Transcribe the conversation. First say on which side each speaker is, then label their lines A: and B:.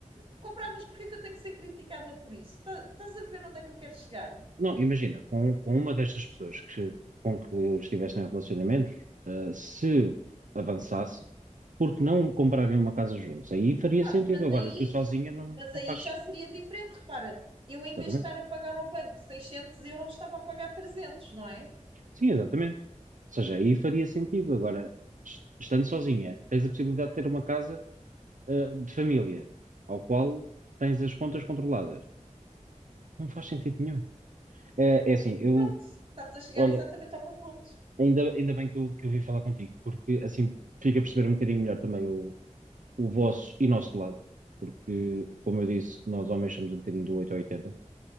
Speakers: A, on the right; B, on the right.
A: comprar, mas porquê é que eu tenho que ser criticada por isso? Tá- Estás a ver onde é que eu quero chegar?
B: Não, imagina, com, com uma destas pessoas que, com que estivessem em relacionamentos, eh, se avançasse, porque não comprarem uma casa juntos? Aí faria
A: Pá,
B: sentido.
A: mas
B: Agora,
A: aí,
B: tu sozinha não,
A: mas
B: não
A: aí
B: faz.
A: já seria diferente, repara. Eu, em vez
B: Exatamente.
A: de estar a pagar ao banco 600 euros, estava a pagar 300 não é?
B: Sim, exatamente. Ou seja, aí faria sentido. Agora, est- estando sozinha, tens a possibilidade de ter uma casa, eh, de família, ao qual tens as contas controladas. Não faz sentido nenhum. É, é assim, eu,
A: Pronto, estás a chegar
B: olha,
A: exatamente ao meu ponto.
B: ainda, ainda bem que eu, que eu vim falar contigo, porque assim fica a perceber um bocadinho melhor também o o vosso e nosso lado, porque, como eu disse, nós homens somos um bocadinho do 8 ao 80.